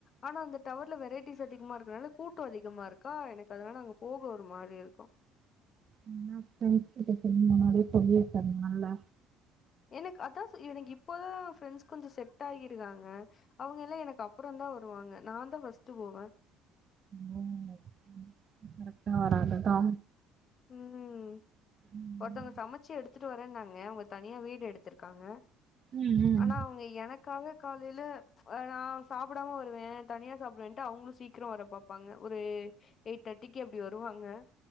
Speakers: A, on the left (about 30°); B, on the right (about 30°).
A: ஆனா அந்த டவர்ல வெரைட்டிஸ் அதிகமா இருக்கிறனால கூட்டோ அதிகமா இருக்கா எனக்கு அதனால அங்க போக ஒரு மாரி இருக்கு
B: எதனா ஃப்ரெண்ஸ்கிட்ட சொல்லி முன்னாடியே சொல்லி வெச்சிருந்தால்ல
A: எனக்கு அதா சொ எனக்கு இப்போதா ஃப்ரெண்ஸ் கொஞ்ச செட் ஆகிருக்காங்க அவங்க எல்லா எனக்கு அப்புறந்தா வருவாங்க நாந் தா ஃபஸ்ட்டு போவே
B: ஓ <unintelligible> கரெக்டா வராதுதா
A: ம்
B: ம்
A: ஒருத்தவங்க சமச்சு எடுத்துட்டு வரேன்னாங்க அவுங்க தனியா வீடு எடுத்திருக்காங்க
B: ம்
A: ஆனா அவுங்க எனக்காக காலில ஆ நா சாப்பிடாம வருவே தனியா சாப்டுவேன்ட்டு அவுங்களு சீக்கிரோ வர பாப்பாங்க ஒரு எயிட் தேட்டிக்கு அப்டி வருவாங்க